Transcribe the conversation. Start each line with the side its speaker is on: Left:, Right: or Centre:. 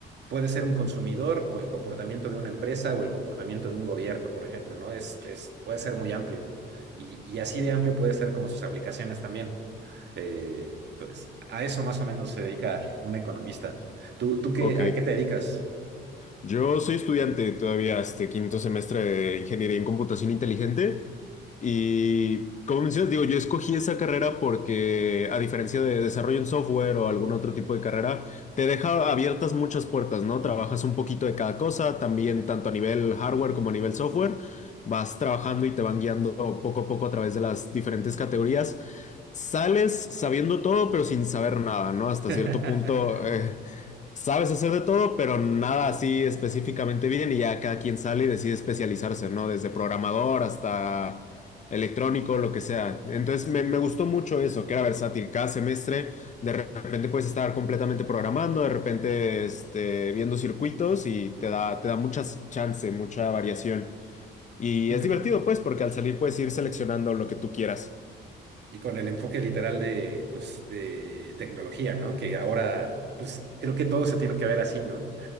Right: puede ser un consumidor o el comportamiento de una empresa o el comportamiento de un gobierno, por ejemplo, ¿no? Es, es, puede ser muy amplio y, y así de amplio puede ser como sus aplicaciones también. Eh, pues a eso más o menos se dedica un economista. ¿Tú, tú qué,
Left: Ok.
Right: a qué te dedicas?
Left: Yo soy estudiante todavía, este quinto semestre de Ingeniería en Computación Inteligente. Y como mencionas, digo, yo escogí esa carrera porque, a diferencia de desarrollo en software o algún otro tipo de carrera, te deja abiertas muchas puertas, ¿no? Trabajas un poquito de cada cosa, también tanto a nivel hardware como a nivel software. Vas trabajando y te van guiando poco a poco a través de las diferentes categorías. Sales sabiendo todo, pero sin saber nada, ¿no? Hasta
Right: <laughs>
Left: cierto punto, eh, Sabes hacer de todo, pero nada así específicamente bien y ya cada quien sale y decide especializarse, ¿no? Desde programador hasta electrónico, lo que sea. Entonces me, me gustó mucho eso, que era versátil. Cada semestre de repente puedes estar completamente programando, de repente este, viendo circuitos y te da, te da muchas chance, mucha variación. Y
Right: Súper.
Left: es divertido, pues, porque al salir puedes ir seleccionando lo que tú quieras.
Right: Y con el enfoque literal de, pues, de tecnología, ¿no? Que ahora, pues, creo que todo se tiene que ver así, ¿no?